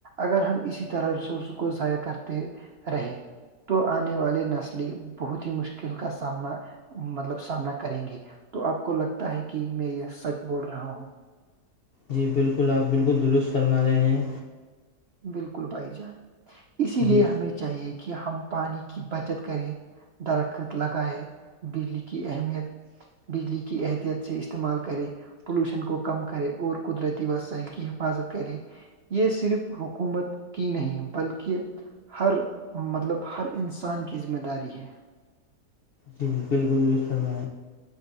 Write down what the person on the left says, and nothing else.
جی بالکل آپ بالکل درست فرما رہے ہیں
جی
جی جی بالکل بھی فرنا